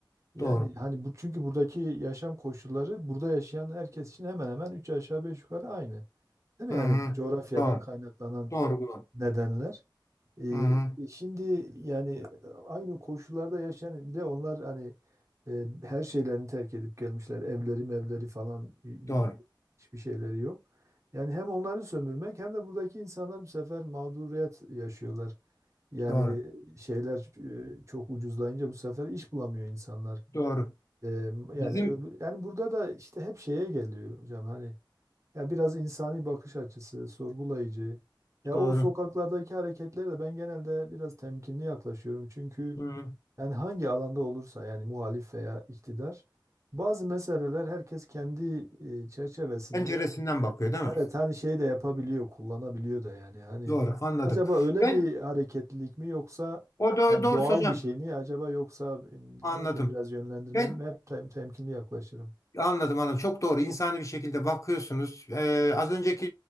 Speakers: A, on the right; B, on the left.
A: Yani
B: doğru.
A: hani bu çünkü buradaki yaşam koşulları burada yaşayan herkes için hemen hemen üç aşağı beş yukarı aynı. Değil mi?
B: Hı
A: Yani
B: hı,
A: coğrafyadan
B: doğru.
A: kaynaklanan
B: Doğru doğru.
A: nedenler. Ee,
B: Hı hı,
A: şimdi yani e, aynı koşullarda yaşayan bir de onlar hani e, her şeylerini terk edip gelmişler. Evleri mevleri falan e,
B: doğru
A: hiçbir şeyleri yok. Yani hem onları sömürmek hem de buradaki insanlar bu sefer mağduriyet yaşıyorlar. Yani
B: doğru
A: e, şeyler e, çok ucuzlayınca bu sefer iş bulamıyor insanlar.
B: doğru.
A: E, yani
B: Bizim
A: öbür- yani burada da işte hep şeye geliyor hocam hani ya biraz insani bakış açısı, sorgulayıcı. Ya
B: doğru.
A: o sokaklardaki hareketlerle ben genelde biraz temkinli yaklaşıyorum. Çünkü
B: Hı.
A: yani hangi alanda olursa yani muhalif veya iktidar bazı meseleler herkes kendi e, çerçevesinde
B: Penceresinden bakıyor değil mi?
A: evet hani şey de yapabiliyor, kullanabiliyor da yani hani
B: Doğru anladım.
A: acaba öyle
B: Ben
A: bir hareketlilik mi yoksa
B: o da
A: yani
B: doğru
A: doğal
B: hocam
A: bir şey mi acaba yoksa e,
B: anladım.
A: ne bileyim biraz yönlendirmeli
B: Ben
A: mi? Hep tem- temkinli yaklaşırım.
B: Anladım anladım. Çok doğru. İnsani bir şekilde bakıyorsunuz. Ee, az önceki